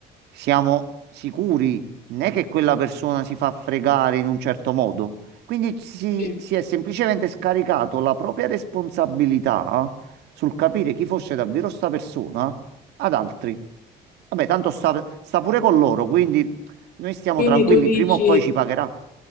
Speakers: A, on the right; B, on the left.
A: siamo sicuri non è che quella persona si fa fregare in un certo modo. Quindi si,
B: sì.
A: si è semplicemente scaricato la propria responsabilità sul capire chi fosse davvero sta persona ad altri. Vabbè, tanto sta, sta pure con loro, quindi noi stiamo
B: Quindi
A: tranquilli,
B: tu dici
A: prima o poi ci pagherà.